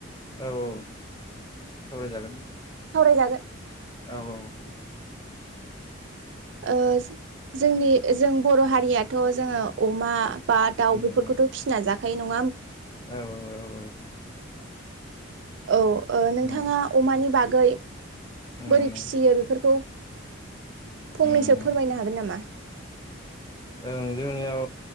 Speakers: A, on the left; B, on the right.
A: औ औ सावरायजागोन दे।
B: सावरायजागोन
A: औ औ
B: ओ जोंनि जों बर' हारियाथ' जोङो अमा बा दाउ
A: उम
B: बेफोरखौथ' फिना जा
A: औ
B: <unintelligible>
A: औ औ
B: औ ओ नोंथाङा
A: उम
B: अमानि बागै
A: उम
B: बोरै फिसियो बेफोरखौ फंनैसो
A: उम
B: फोरमायनो हागोन नामा?
A: ओं जोंनियाव